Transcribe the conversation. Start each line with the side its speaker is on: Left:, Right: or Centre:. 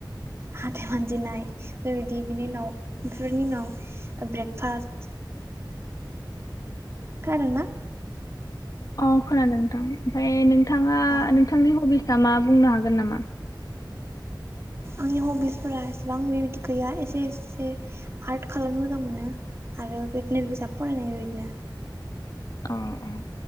Right: हाथाय मानजिनाय बेबायदि बिनि उनाव बेफोरनि उनाव ब्रेकफास्ट। खायोना
Left: अ खोनादों नोंथां ओमफ्राय नोंथाङा।
Right: औ।
Left: नोंथांनि हबिसा मा बुंनो हागोन नामा?
Right: आंनि हबिसफोरा एसेबां बेबायदि गैया एसे एसे। आर्ट खालामनो मोजां मोनो आरो बिदिनो बिजाब फरायनाय बे बिदिनो।
Left: अ अ